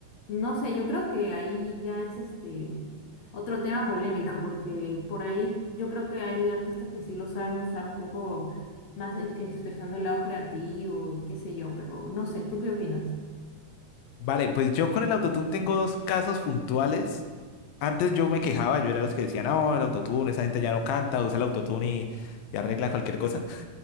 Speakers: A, on the left; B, on the left.
A: no sé, yo creo que ahí ya es este. Otro tema polémico, porque por ahí yo creo que hay artistas que sí lo saben usar un poco más e- expresando el lado creativo, qué sé yo, pero no sé, ¿tú qué opinas?
B: Vale, pues yo con el autotune tengo dos casos puntuales. Antes yo me quejaba, yo era los que decían, no, el autotune, esa gente ya no canta, usa el autotune y, y arregla cualquier cosa.